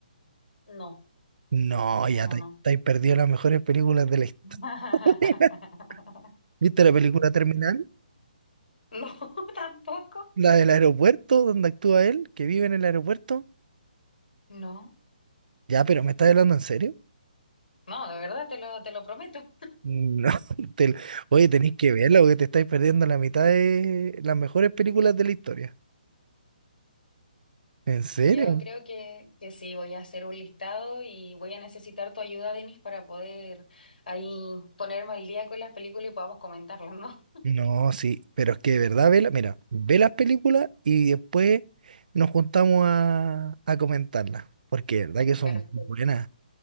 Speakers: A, on the left (about 75°); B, on the right (about 65°).
A: No,
B: No,
A: no,
B: ya
A: no,
B: te,
A: no.
B: te has perdido las mejores películas de la historia.
A: <laughs>
B: <laughs> ¿Viste la película Terminal?
A: No, <laughs> tampoco.
B: La del aeropuerto, donde actúa él, que vive en el aeropuerto.
A: No,
B: Ya, pero ¿me estás hablando en serio?
A: no, de verdad te lo, te lo prometo.
B: No, <laughs> te- oye, tenéis que verla porque te estáis perdiendo la mitad de las mejores películas de la historia. ¿En serio?
A: Yo creo que, que sí, voy a hacer un listado y voy a necesitar tu ayuda, Denis, para poder ahí ponerme al día con las películas y podamos comentarlas, ¿no? <laughs>
B: No, sí, pero es que de verdad, vela, mira, ve las películas y después nos juntamos a, a comentarlas, porque de verdad que son
A: Perfecto.
B: muy buenas,